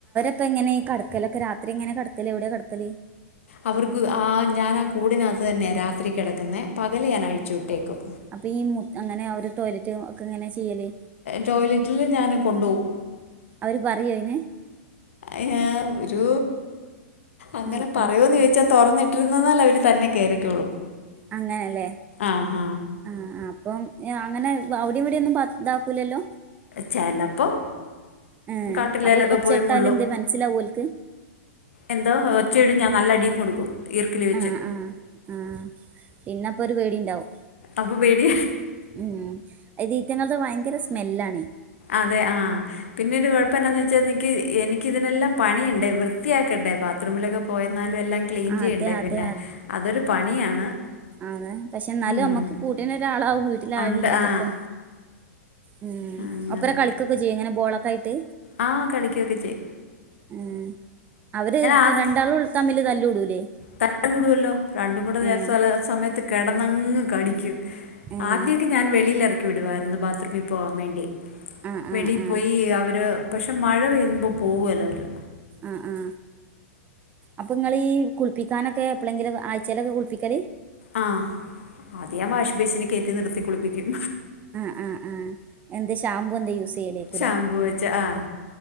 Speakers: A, on the right (about 20°); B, on the left (about 60°).
A: പ്പ എങ്ങനെ ഈ കടക്കലൊക്കെ രാത്രിങ്ങനെ കെടക്കല് എവ്ടെ കെടക്കല്
B: അവർക്ക് ആഹ് ഞാനാ കൂടിനകത്ത് തന്നെ രാത്രി കെടക്കുന്നേ പകല് ഞാൻ അഴിച്ചു വിട്ടേക്കും
A: അപ്പം ഈ മു അങ്ങനെ ആ ഒരു ടോയ്ലറ്റ് ഒക്കെ എങ്ങനെ ച്ചിയ്യല്
B: ടോയ്ലറ്റ്ൽ ഞാൻ കൊണ്ടോവും
A: അവര് പറയോഅയ്ന്
B: ഏഹ് ഒരു അങ്ങനെ
A: ആഹ്
B: പറയോന്ന്
A: ആഹ്
B: ചോദിച്ചാ തൊറ ട്ടിരുന്നാൽ അവര് തന്നെ കേറിക്കോളും
A: അങ്ങനെല്ലേ
B: ആഹാ
A: ആഹ് അപ്പം അങ്ങനെ അവടീം ഇവിടൊന്നും പാ ഇതാക്കൂലല്ലോ
B: ചെലപ്പം
A: ഏഹ്
B: കട്ടിലേലൊക്കെ
A: അപ്പൊ ഒച്ചട്ടാല്
B: പോയി മുള്ളും
A: എന്ത് മനസ്സിലാവോ ഓൽക്ക്
B: എന്തോ ഒച്ചിടും ഞാ നല്ല അടിം കൊടുക്കും ഈർക്കിൽ വെച്ച്
A: ആഹ് ആഹ് ആഹ് പിന്നെ അപ്പ ഒരു പേടിണ്ടാവും
B: അപ്പൊ പേടി
A: ഉം ഇതീറ്റങ്ങൾത് ഭയങ്കര സ്മെല്ലാണയ്
B: അതെ ആഹ് പിന്നൊരു കൊഴപ്പം എന്നാന്ന് വെച്ചാ ഇക്ക് എനിക്ക് ഇതിനെല്ലാം പണിയുണ്ട് വൃത്തിയാക്കട്ടെ ബാത്റൂമിലൊക്കെ പോയന്നാലും എല്ലാം ക്ലീൻ ച്ചിയ്യണ്ടേ
A: അതെ അതെ
B: പിന്നെ അതൊരു പണിയാണ്
A: അതെ പക്ഷെ ന്നാലും
B: ഉം
A: നമ്മുക്ക് കൂട്ടിനൊരാളാവും വീട്ടിലാളില്ലാത്തപ്പോ
B: ഉണ്ട് ആ
A: ഉം
B: അങ്ങനെ
A: അപ്പര കളിക്കൊക്കെ ച്ചിയോ ഇങ്ങനെ ബോളൊക്കെ ആയിറ്റ്
B: ആഹ് കളിക്കൊക്കെചെ
A: ആഹ് അവര്
B: ആദ്യം
A: രണ്ടാളുള് തമ്മില് തല്ലൂടൂലേ
B: തല്ല് കൂടുവല്ലോ രണ്ടും കൂടെ <unintelligible>
A: ഉം
B: ചെല സമയത്ത് കെടന്നങ്ങ് കടിക്കും
A: ഉം
B: ആദ്യൊക്കെ ഞാൻ വെളിൽ എറക്കി വിടുവാരുന്നു ബാത്റൂമി പോവാൻ വേണ്ടി
A: ആഹ്
B: വെളി
A: ആഹ് ആഹ്
B: പ്പോയി അവര് പക്ഷെ മഴ പെയ്യുമ്പോ പോവല്ലോ അവര്
A: ആഹ് ആഹ് അപ്പംങ്ങളി കുൾപ്പിക്കാനൊക്കെ എപ്പളങ്കിലൊക്കേ ആഴ്ച്ചേലൊക്കെ കുളപ്പിക്കൽ
B: ആ അത് ഞാൻ വാഷ് ബേസിന് കെറ്റി നിർത്തി കുളിപ്പിക്കും
A: ആ ആ ആ എന്ത് ഷാംമ്പൂ എന്തേ യൂസ് ചെയ്യലേക്കൂ
B: ഷാമ്പൂ
A: ലെ
B: വെച്ച് ആഹ്